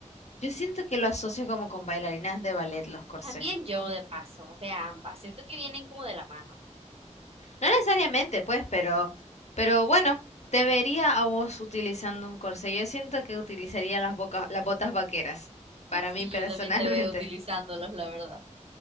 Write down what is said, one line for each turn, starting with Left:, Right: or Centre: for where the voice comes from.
Left: Yo siento que lo asocio como con bailarinas de ballet los corsés.
Right: También yo, de paso, o sea, ambas. Siento que vienen como de la mano.
Left: No necesariamente, pues, pero, pero bueno, te vería a vos utilizando un corsé. Yo siento que utilizaría las boca- las botas vaqueras, para
Right: <laughs>
Left: mí
Right: Sí,
Left: personalmente.
Right: yo también te veo utilizándolos, la verdad.